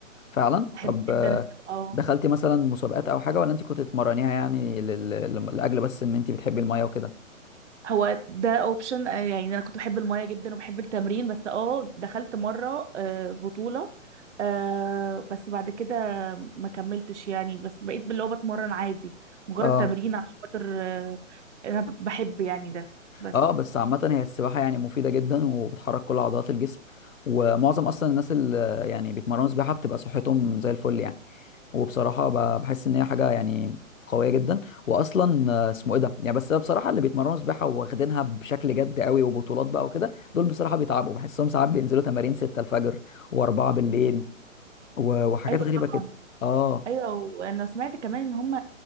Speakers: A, on the left; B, on the right.
A: فعلا
B: بحب
A: طب آه،
B: جدا السباحه اه
A: دخلتي مثلا مسابقات او حاجه ولا انت كنت بتتمرنيها يعني لل... لل- لاجل بس ان انت بتحبي الميه وكده
B: هو ده اوبشن يعني انا كنت بحب المايه جدا وبحب التمرين بس اه دخلت مره آه، بطوله آه، بس بعد كده ما كملتش يعني بس بقيت اللي هو بتمرن عادي مجرد
A: اه
B: تمرين عشان خاطر آه، انا بحب يعني ده بس
A: اه بس عامه هي السباحه يعني مفيده جدا وبتحرك كل عضلات الجسم ومعظم اصلا الناس اللي يعني بيتمرنوا سباحه بتبقى صحتهم زي الفل يعني وبصراحه ب- بحس ان هي حاجه يعني قويه جدا واصلا آه، اسمه ايه ده يعني بس بصراحه اللي بيتمرنوا سباحه واخدينها بشكل جد قوي وبطولات بقى وكده دول بصراحه بيتعبوا بحسهم ساعات بينزلوا تمارين 6 الفجر و4 بالليل و- وحاجات
B: ايوه
A: غريبه
B: طبعا
A: كده اه
B: ايوه وانا سمعت كمان ان هم